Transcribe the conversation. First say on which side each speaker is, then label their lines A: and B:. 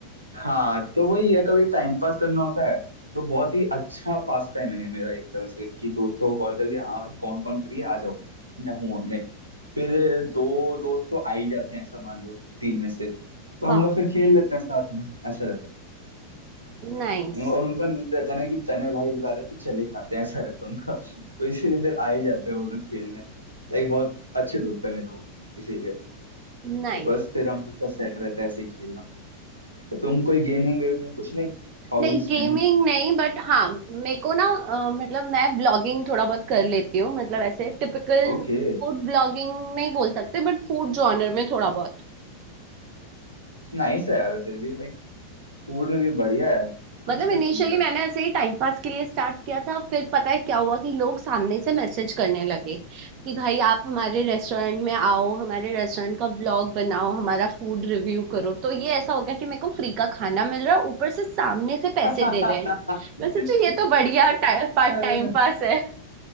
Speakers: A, on the right (about 85°); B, on the right (about 40°).
A: हाँ तो वही है कभी टाइम पास करना होता है तो बहुत ही अच्छा पास टाइम है मेरा एक तरह से कि दोस्तों को कॉल कर लिया हाँ भाई कौन कौन फ्री है आ जाओ मैं हूँ ऑनलाइन फिर दो दोस्त तो आ ही जाते हैं ऐसा मान लो तीन में से तो
B: वाह
A: हम लोग फिर खेल लेते हैं साथ में ऐसा रहता है
B: नाइस
A: और उनका मेन रहता है ना कि तने भाई बुला रहे हैं, तो चले खाते हैं ऐसा रहता है उनका तो इसीलिए फिर आ ही जाते हैं वो लोग खेलने लाइक बहुत अच्छे दोस्त है मेरे वो इसीलिए
B: नाइस
A: तो बस फिर हम लोग का सेट रहता है ऐसे ही खेलना तो तुम कोई गेमिंग वेमिंग में कुछ नहीं हॉबीज
B: नहीं गेमिंग
A: एनी
B: नहीं बट हाँ मेरे को ना अ, मतलब मैं ब्लॉगिंग थोड़ा बहुत कर लेती हूँ मतलब ऐसे टिपिकल
A: ओके
B: फूड ब्लॉगिंग नहीं बोल सकते बट फूड जॉनर में थोड़ा बहुत
A: नाइस है यार फिर भी लाइक फूड में भी बढ़िया है अच्छा
B: मतलब इनिशियली
A: चीज है
B: मैंने ऐसे ही टाइम पास के लिए स्टार्ट किया था फिर पता है क्या हुआ कि लोग सामने से मैसेज करने लगे कि भाई आप हमारे रेस्टोरेंट में आओ हमारे रेस्टोरेंट का व्लॉग बनाओ हमारा फूड रिव्यू करो तो ये ऐसा हो गया कि मेरे को फ्री का खाना मिल रहा है ऊपर से सामने से पैसे
A: <laughs>
B: दे रहे हैं वैसे तो ये तो बढ़िया टाइम पास
A: अरे
B: टाइम पास है